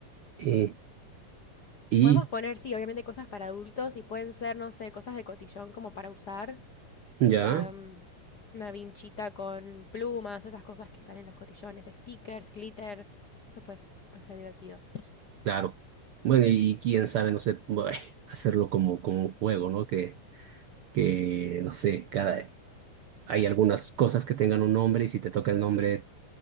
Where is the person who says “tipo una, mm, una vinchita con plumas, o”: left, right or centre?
Left